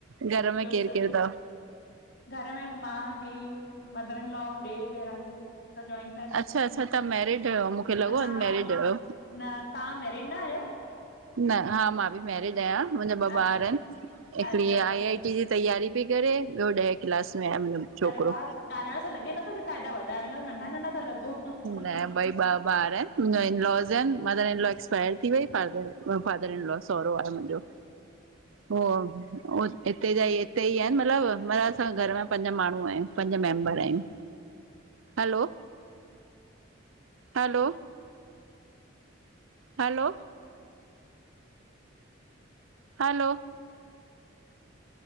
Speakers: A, on the right; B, on the left.
A: घर में
B: ॿियो
A: केरु
B: सभु
A: केरु अथव?
B: घर में मां, हे, मदर इन लॉ, ॾेर, ॾेराणी असां जोइंट
A: अच्छा, अच्छा तव्हां मैरिड आहियो मूंखे लॻो
B: हा
A: अनमैरिड हुयो
B: न तव्हां मैरिड न आहियो
A: न, हा मां बि मेरिड आहियां। मुंहिंजा
B: अच्छा
A: ॿ ॿार
B: अच्छा
A: आहिनि। हिकिड़ी
B: अच्छा अच्छा
A: आई आई टी जी तैयारी थी करे ॿियो ॾह क्लास में आहे मुंहिंजो छोकिरो।
B: अरे वाह ॻाल्हाइण सां लॻे नथो कि तव्हां एॾा वॾा आहियो, न नंढा नंढा था लॻो
A: न ॿई बा ॿार आहिनि, मुंहिंजा इन लॉस आहिनि, मदर इन लॉ एक्सपायर थी वई, father in, father in law सहुरो आहे मुंहिंजो। <inaudible> हो, हो हिते जा ई हिते ई आहिनि मतिलबु, मतिलब असां घर में पंज माण्हू आहियूं, पंज मेंबर आहियूं। Hello hello hello hello